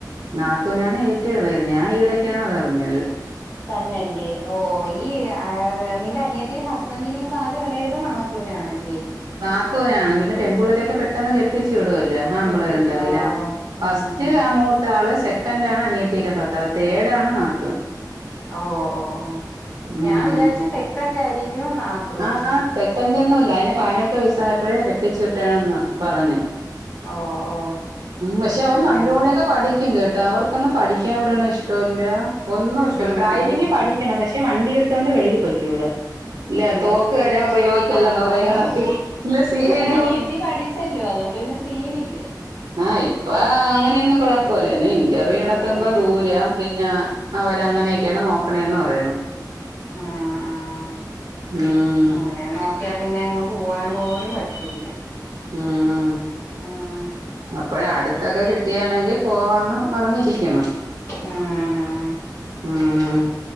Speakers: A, on the right; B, on the left.
A: നാത്തൂനാണ് ഏറ്റവും ഇളയത് ഞാൻ ഈ ഇടക്കാണ് അത് അറിഞ്ഞത്
B: തന്നല്ലേ ഓ ഈഹ നിന്റെ അനിയത്തിൻ്റെ ഹസ്ബൻഡ്നേക്കാളും ഇളയത് നാത്തൂനാണല്ലേ
A: നാത്തൂൻ ആണ് പിന്നെ പെൺപിള്ളേരൊക്കെ പെട്ടെന്ന് കെട്ടിച്ചു <unintelligible> ആൺപിള്ളേ
B: കെട്ടിക്കും
A: റുണ്ടെങ്കില
B: ഓ
A: ഫസ്റ്റ്
B: ഉം ഉം
A: ആ മൂത്ത ആള് സെക്കൻഡ് ആണ് അനിയത്തീര കാക്ക തേർഡ് ആണ് നാത്തൂൻ
B: ഓ ഓ ഓ
A: ഉം
B: ഞാൻ വിചാരിച്ച് സെക്കൻഡ് ആയിരിക്കും നാത്തൂനെന്ന്
A: ആഹ് ആ സെക്കൻഡ് ഒന്നുല്ല അതിന് പതിനെട്ട് വയസ്സായപ്പോഴേ കെട്ടിച്ചു വിട്ടണന്ന് പറഞ്ഞു
B: ഓ ഓ
A: ഉം പക്ഷെ
B: പിന്നെ
A: അവര് നല്ലോണൊക്കെ പഠിക്കും കേട്ടാ അവർ ഇപ്പൊന്നും പഠിക്കാൻ വിടുന്നത് ഇഷ്ടമല്ല ഒന്നും ഇഷ്ടമ
B: ഉം
A: ഡ്രൈവിങ്
B: ഉം
A: പഠിക്കണം പക്ഷേ വണ്ടി എടുത്ത് എടുത്തുകൊണ്ട് വെളിയിൽ പോയിക്കൂടെ ഇല്ല
B: പിന്നെ
A: തോക്ക്
B: ഇതിന് ഡ്രൈവിങ്
A: തരാ ഉപയോഗിക്കല്ലെന്ന്
B: പഠിക്കണം കാണാനും
A: പറയോ നിങ്ങളുടെ അച്ചൻ ഇല്ല സി
B: പക്ഷെ
A: ഡി
B: അനിയത്തി പഠിച്ചല്ലോ അതുകൊണ്ട് പിന്നെ സീനില്ല
A: ആഹ് ഇപ്പ അങ്ങനെയൊന്നും കുഴപ്പല്ല ഇന്റർവ്യൂ നടത്തുമ്പോ
B: ആഹ്
A: ദൂരം പിന്നെ ആ അവര് അങ്ങനെയൊക്കെയാണ് നോക്കണേന്ന് പറയണം
B: ആഹ് ആഹ്
A: ഉം
B: അങ്ങനെ നോക്കിയാ പിന്നെ നിങ്ങൾക്ക് പോവാൻ പോലും പറ്റൂല
A: ഉം
B: ഉം
A: അപ്പഴ അടുത്തൊക്കെ കിട്ടിയാണെങ്കിൽ പോവാന്ന് പറഞ്ഞി <unintelligible>
B: ഉം ഉം
A: ഉം ഉം